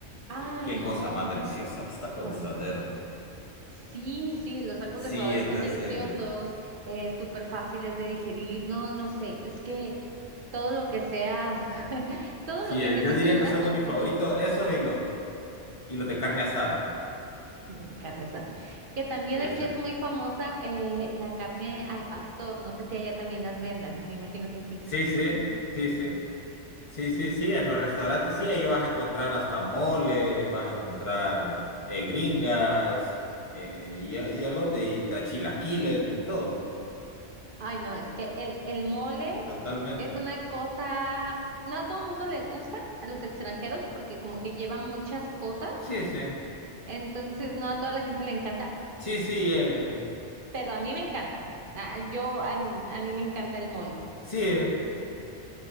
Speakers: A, on the right; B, on the left.
A: Ay,
B: Y qué
A: no,
B: cosa más deliciosa
A: qué rico.
B: <laughs> los tacos de suadero.
A: Sí, sí, los tacos
B: Sí,
A: de suadero
B: entonces,
A: son deliciosos, eh, súper fáciles de digerir. No, no sé, es que todo lo que sea, <laughs> todo
B: sí,
A: lo que
B: eh,
A: metas
B: yo diría
A: en una
B: que son
A: tortilla,
B: de mis favoritos, esos y los, y los de carne asada.
A: <laughs> no sé, carne esa, que también
B: Eso.
A: aquí es muy famosa, eh, la carne al pastor. No sé si allá también las vendan, me imagino que sí.
B: Sí, sí, sí, sí. Sí, sí, sí, en los restaurantes sí, ahí vas a encontrar hasta mole, vas a encontrar eh, gringas eh, y, y algo de y tachilaquiles, de todo,
A: Ay, no, es que el, el mole
B: totalmente.
A: es una cosa, no a todo el mundo le gusta, a los extranjeros, porque como que lleva muchas cosas,
B: Sí, sí,
A: entonces no a toda la gente le encanta,
B: sí, sí, eh,
A: pero a mí me encanta. Ah, yo, a, mí a mí me encanta el mole.
B: sí, eh.